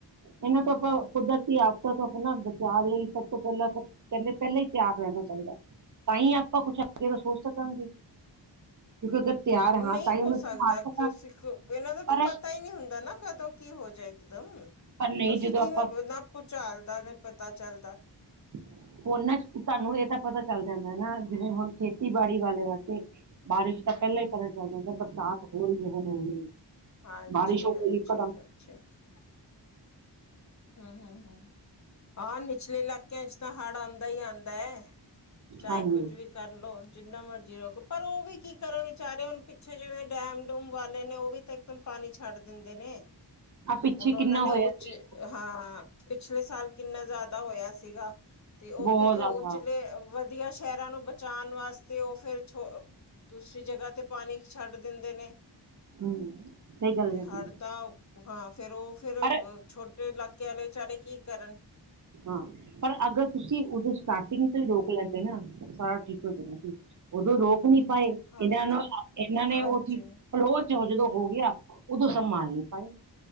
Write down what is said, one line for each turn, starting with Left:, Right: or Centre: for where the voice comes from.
Right: ਇਹਨਾਂ
Left: ਹਮ
Right: ਤੋਂ ਆਪਾਂ ਕੁਦਰਤੀ ਆਫ ਆਪਣਾ ਬਚਾਅ ਲਈ ਸਭ ਤੋਂ ਪਹਿਲਾਂ ਆਪ ਕਹਿੰਦੇ ਪਹਿਲਾਂ ਹੀ ਤਿਆਰ ਰਹਿਣਾ ਚਾਹੀਦਾ ਤਾਂ ਹੀ ਆਪਾਂ ਕੁਛ ਅੱਗੇ ਦਾ ਸੋਚ ਸਕਾਗੇ ਕਿਉਂਕਿ ਤਿਆਰ
Left: ਨਹੀਂ
Right: ਹਾਂ ਤਾਂ ਹੀ <unintelligible>
Left: ਹੋ ਸਕਦਾ ਤੁਸੀਂ ਇਹਨਾਂ ਦਾ ਤਾਂ
Right: ਪਰ
Left: ਪਤਾ ਹੀ ਨਹੀਂ ਹੁੰਦਾ ਨਾ ਕਦੋਂ ਕੀ ਹੋ ਜਾਏ ਇਕ ਦਮ।
Right: ਪਰ ਨਹੀਂ
Left: ਤੁਸੀਂ
Right: ਜਦੋਂ
Left: ਕਿਵੇਂ
Right: ਆਪਾਂ
Left: ਨਾ ਭੂਚਾਲ ਦਾ ਨਾ ਪਤਾ ਚੱਲਦਾ।
Right: <inaudible> ਉਹਨਾਂ ਚ ਤੁਹਾਨੂੰ ਇਹ ਤਾਂ ਪਤਾ ਚੱਲ ਜਾਂਦਾ ਨਾ ਜਿਵੇਂ ਹੁਣ ਖੇਤੀਬਾੜੀ ਵਾਲੇ ਵਾਸਤੇ। ਬਾਰਿਸ਼ ਤਾਂ ਪਹਿਲਾਂ ਹੀ ਪਤਾ ਚੱਲ ਜਾਂਦਾ ਬਰਸਾਤ ਹੋ ਰਹੀ ਐ ਹੁਣ <unintelligible>
Left: ਹਾਂਜੀ-ਹਾਂਜੀ
Right: ਬਾਰਿਸ਼ ਹੋ ਗਈ ਇੱਕਦਮ
Left: ਅੱਛਾ ਜੀ। ਹੂੰ, ਆਹ ਨਿਚਲੇ ਇਲਾਕਿਆਂ ਚ ਤਾਂ ਹੜ੍ਹ ਆਂਦਾ ਹੀ ਆਂਦਾ। ਚਾਹੇ
Right: ਹਾਂਜੀ
Left: ਕੁਝ ਵੀ ਕਰ ਲਓ ਜਿੰਨਾ ਮਰਜ਼ੀ ਰੱਖੋ ਪਰ ਉਹ ਵੀ ਕੀ ਕਰਨ ਵਿਚਾਰੇ ਹੁਣ ਪਿੱਛੇ ਜਿਵੇਂ ਡੈਮ ਡੂਮ ਵਾਲੇ ਨੇ ਉਹ ਵੀ। ਇੱਕਦਮ ਪਾਣੀ ਛੱਡ ਦਿੰਦੇ ਨੇ
Right: ਆ ਪਿੱਛੇ
Left: ਹੁਣ ਉਹਨਾਂ
Right: ਕਿੰਨਾ
Left: ਨੇ
Right: ਹੋਇਆ
Left: ਉੱਚ।
Right: ਸੀ
Left: ਹਾਂ-ਹਾਂ ਪਿਛਲੇ ਸਾਲ ਕਿੰਨਾ ਜ਼ਿਆਦਾ ਹੋਇਆ ਸੀਗਾ। ਤੇ ਉਹ
Right: ਬਹੁਤ
Left: ਕਿਉਂਕਿ
Right: ਜ਼ਿਆਦਾ
Left: ਉਚਲੇ ਵਧੀਆ ਸ਼ਹਿਰਾਂ ਨੂੰ ਬਚਾਣ ਵਾਸਤੇ ਉਹ ਫੇਰ ਦੂਸਰੀ ਜਗ੍ਹਾ ਤੇ ਪਾਣੀ ਛੱਡ ਦਿੰਦੇ ਨੇ।
Right: ਹੂੰ ਸਹੀ ਗੱਲ
Left: ਤੇ
Right: ਹੈ
Left: ਹੜ
Right: ਜੀ
Left: ਤਾਂ ਹਾਂ ਫੇਰ ਉਹ ਫੇਰ।
Right: ਪਰ
Left: ਛੋਟੇ ਇਲਾਕੇ ਵਾਲੇ ਵਿਚਾਰੇ ਕੀ ਕਰਨ।
Right: ਹਾਂ, ਪਰ ਅਗਰ ਤੁਸੀਂ ਉਦੋਂ ਸਟਾਰਟਿੰਗ
Left: ਹਮ
Right: ਤੋਂ ਹੀ ਰੋਕ ਲੈਂਦੇ ਨਾ ਸਾਰਾ ਠੀਕ ਹੋ ਜਾਣਾ ਸੀ। ਉਦੋਂ ਰੋਕ ਨਹੀਂ ਪਾਏ
Left: ਹਾਂਜੀ
Right: ਇਹਨਾਂ ਨੂੰ ਇਹਨਾਂ ਨੇ
Left: ਹਾਂਜੀ
Right: ਉਹ ਚੀ ਪਲੋਹ ਚੋਂ ਜਦੋਂ ਹੋ ਗਿਆ, ਉਦੋਂ ਸੰਭਾਲ ਨੀ ਪਾਏ।